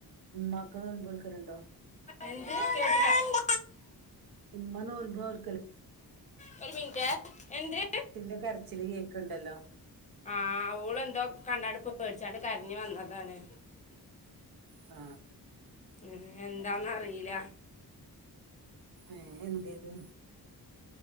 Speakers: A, on the right (about 65°); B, on the left (about 20°).
A: ഉമ്മാക്ക് രണ്ടു മക്കളുണ്ടോ
B: എന്ത് കേട്ടില്ല
A: ഇന്നലെ
B: ഒരു മിനിറ്റ് എന്ത്
A: <inaudible> കരച്ചിൽ കേക്കണ്ടല്ലോ
B: ആ ഓള് എന്തോ കണ്ടാണ്ട് പേടിച്ചാണ്ട് കരഞ്ഞു വന്നതാണ്
A: ആ
B: ഉം എന്താന്നറിയീല
A: ഏ എന്റേത്